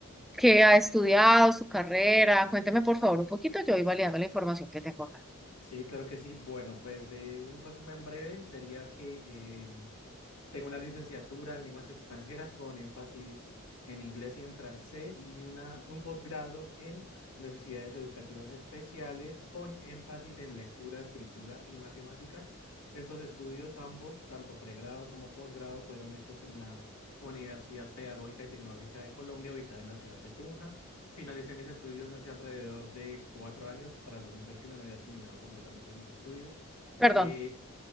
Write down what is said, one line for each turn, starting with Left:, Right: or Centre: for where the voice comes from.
Centre: qué ha estudiado, su carrera. Cuénteme por favor un poquito, yo voy validando la información que tengo acá.
Left: Sí, claro que sí. Bueno, pues de un resumen breve sería que em, Tengo la licenciatura en lenguas extranjeras con énfasis en inglés y en francés y una, un posgrado en necesidades educativas especiales con énfasis en lectura, escritura y matemáticas. Estos estudios, ambos, tanto pregrado como posgrado, fueron hechos en la Universidad Pedagógica y Tecnológica de Colombia, ubicada en la ciudad de Tunja. Finalicé mis estudios hace alrededor de cuatro años. Para el 2021 ya había terminado completamente mis estudios.
Centre: Perdón,
Left: Eh,